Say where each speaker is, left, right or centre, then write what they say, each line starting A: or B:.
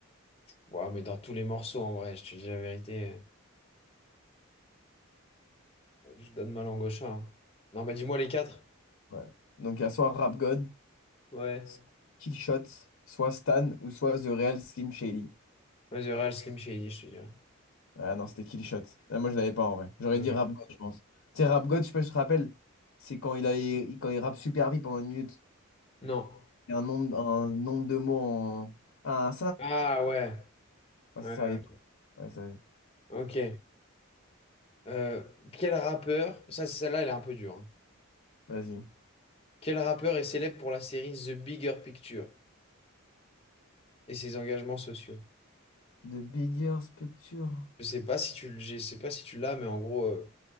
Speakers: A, on the left; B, on the left.
A: Ouais, mais dans tous les morceaux, en vrai, je te dis la vérité, euh, je donne ma langue au chat. hein. Non, bah dis-moi les quatre.
B: Ouais. Donc, il y a soit Rap God,
A: Ouais.
B: soit Killshot, soit Stan ou soit The Real Slim Shady.
A: Vas-y, Real Slim Shady, je te dirais.
B: Ah non, c'était Killshot. Ah, moi, je l'avais pas en vrai. J'aurais
A: Ouais.
B: dit Rap God, je pense. Tu sais, Rap God, je sais pas si tu te rappelles, c'est quand il, a, il- quand il rappe super vite pendant une minute.
A: Non.
B: Et un nombre, un nombre de mots en. Un...
A: Ah ouais.
B: Ouais,
A: Ouais.
B: c'est ça,
A: ouais.
B: Ouais, ça... arrive.
A: Ok. Euh, quel rappeur, ça celle-là elle est un peu dure. hein.
B: Vas-y.
A: Quel rappeur est célèbre pour la série The Bigger Picture et ses engagements sociaux?
B: The bigger structure.
A: Je sais pas si tu, le- je sais pas si tu l'as, mais en gros, euh,